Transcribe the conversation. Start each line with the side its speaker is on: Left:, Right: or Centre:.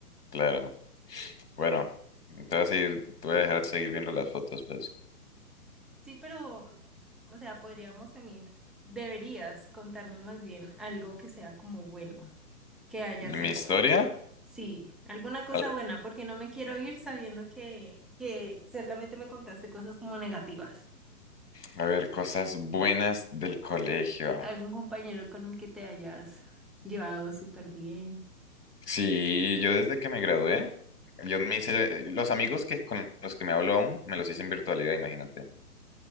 Left: claro. Bueno, te voy a seguir, te voy a dejar seguir viendo las fotos, pues.
Centre: Sí, pero, o sea, podríamos también, deberías contarme más bien algo que sea como bueno, que hayas
Left: ¿De mi
Centre: hecho.
Left: historia?
Centre: Sí, alguna cosa
Left: A
Centre: buena, porque no me quiero ir sabiendo que, que solamente me contaste cosas como negativas.
Left: a ver, cosas buenas del colegio.
Centre: ¿Algún compañero con el que te hayas llevado súper bien?
Left: Sí, yo desde que me gradué, yo me hice, los amigos que con los que me hablo aún, me los hice en virtualidad, imagínate.